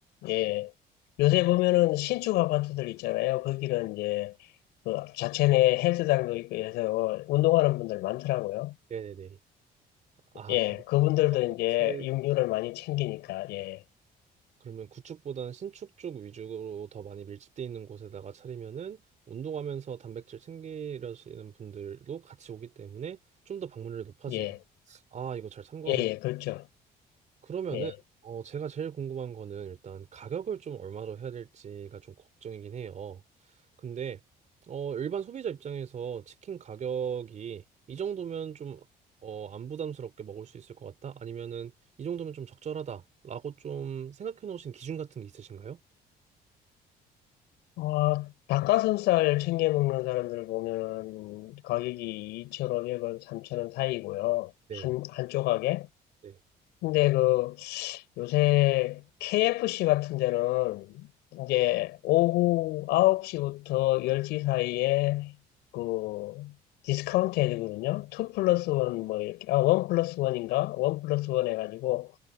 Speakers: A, on the left; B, on the right.
A: 예, 요새 보면은 신축 아파트들 있잖아요. 거기는 이제 그 자체 내 헬스장도 있고 해서 운동하는 분들 많더라고요.
B: 네네네. 아,
A: 예,
B: 아,
A: 그분들도
B: 아파트,
A: 이제 육류를 많이 챙기니까, 예,
B: 그러면 구축보다는 신축 쪽 위주로 더 많이 밀집돼 있는 곳에다가 차리면은 운동하면서 단백질 챙기려시는 분들도 같이 오기 때문에 좀 더 방문율이 높아지겠네요.
A: 예.
B: 아, 이거 잘 참고
A: 예,
B: 한번
A: 예, 그렇죠.
B: 그러면은
A: 예.
B: 어 제가 제일 궁금한 거는 일단 가격을 좀 얼마로 해야 될지가 좀 걱정이긴 해요. 근데 어 일반 소비자 입장에서 치킨 가격이 이 정도면 좀 어 안 부담스럽게 먹을 수 있을 것 같다? 아니면은 이 정도면 좀 적절하다라고 좀 생각해 놓으신 기준 같은 게 있으신가요?
A: 아, 닭가슴살 챙겨 먹는 사람들을 보면은 가격이 2,500원, 3,000원 사이고요.
B: 네,
A: 한, 한 조각에.
B: 네,
A: 근데 그 요새 KFC 같은 데는 이제 오후 9시부터 10시 사이에 그 디스카운트 해주거든요. 2 플러스
B: 네.
A: 1 뭐 이렇게, 아, 1 플러스 1인가? 1 플러스 1 해가지고